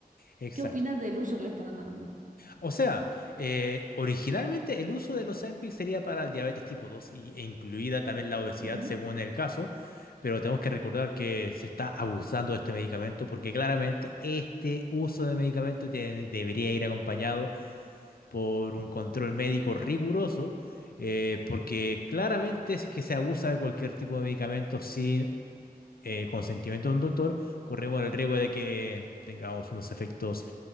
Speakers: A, on the left; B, on the right.
A: exacto.
B: ¿Qué opinas del uso que le están dando?
A: O sea, eh, originalmente el uso del Ozempic sería para el diabetes tipo 2 y, e incluida también la obesidad
B: Ujú.
A: según el caso, pero tenemos que recordar que se está abusando de este medicamento porque claramente este uso de medicamento tiene- debería ir acompañado por un control médico riguroso, eh, porque claramente es que se abusa de cualquier tipo de medicamento sin eh, consentimiento de un doctor, corremos el riesgo de que tengamos unos efectos